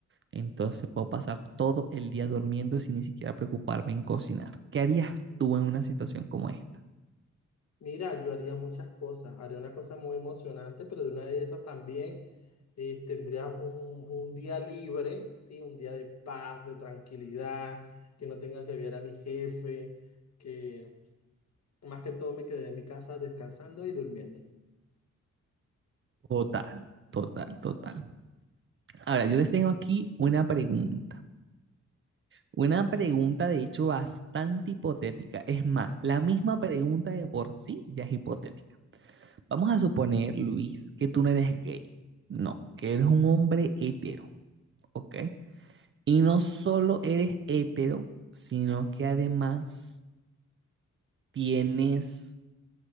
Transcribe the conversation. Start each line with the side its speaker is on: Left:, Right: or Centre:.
Right: Entonces puedo pasar todo el día durmiendo sin ni siquiera preocuparme en cocinar. ¿Qué harías tú en una situación como esta?
Left: Mira, yo haría muchas cosas. Haría una cosa muy emocionante, pero de una de esas también eh, tendría un, un día libre, ¿sí? Un día de paz, de tranquilidad, que no tenga que ver a mi jefe, que más que todo me quedé en mi casa descansando y durmiendo.
Right: Total, total, total. Ahora, yo les tengo aquí una pregunta. Una pregunta, de hecho, bastante hipotética. Es más, la misma pregunta de por sí ya es hipotética. Vamos a suponer, Luis, que tú no eres gay. No, que eres un hombre hetero, ¿ok? Y no solo eres hetero, sino que además tienes